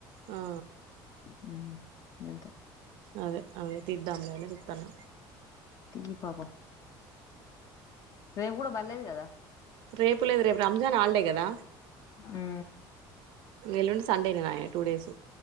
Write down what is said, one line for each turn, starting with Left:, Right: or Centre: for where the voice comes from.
Right: ఆ
Left: హ్మ్మ్ ఎంతే
Right: అదే అవే తీరుద్దాములేనే చూతన్నా
Left: తీ పవ రేపు కూడా బర్లేదు కదా
Right: రేపు లేదు రేపు రంజాన్ హాలిడే కదా
Left: ఉ
Right: ఎల్లుండి సండే నినాయా టూ డేస్